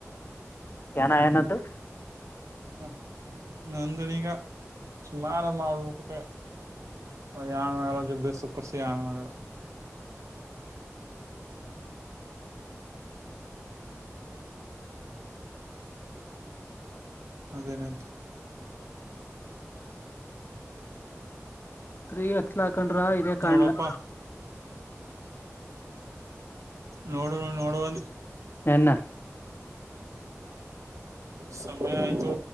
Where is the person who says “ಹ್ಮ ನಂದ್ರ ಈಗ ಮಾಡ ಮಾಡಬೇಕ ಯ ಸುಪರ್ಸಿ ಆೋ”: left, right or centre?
Right